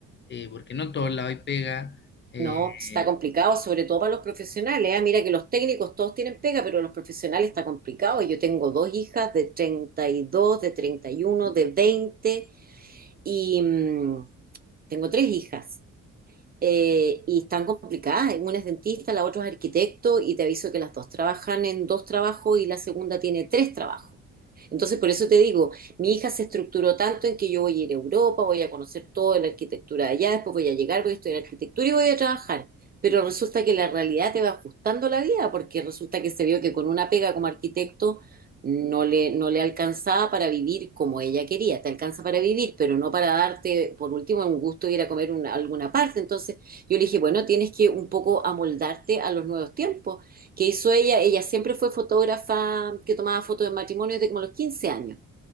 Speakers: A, on the left (about 35°); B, on the right (about 30°).
A: eh, porque no en todos lados hay pega. eh,
B: No, está complicado, sobre todo para los profesionales. ah. Mira que los técnicos todos tienen pega, pero los profesionales está complicado. Yo tengo dos hijas de 32, de 31, de 20 y mm, tengo tres hijas eh, y están complicadas. Una es dentista, la otra es arquitecto y te aviso que las dos trabajan en dos trabajos y la segunda tiene tres trabajos. Entonces, por eso te digo, mi hija se estructuró tanto en que yo voy a ir a Europa, voy a conocer toda la arquitectura de allá, después voy a llegar, voy a estudiar arquitectura y voy a trabajar. Pero resulta que la realidad te va ajustando la vida, porque resulta que se vio que con una pega como arquitecto no le, no le alcanzaba para vivir como ella quería. Te alcanza para vivir, pero no para darte, por último, un gusto de ir a comer una, alguna parte. Entonces yo le dije, bueno, tienes que un poco amoldarte a los nuevos tiempos. qué hizo ella? Ella siempre fue fotógrafa que tomaba fotos de matrimonios desde como los 15 años.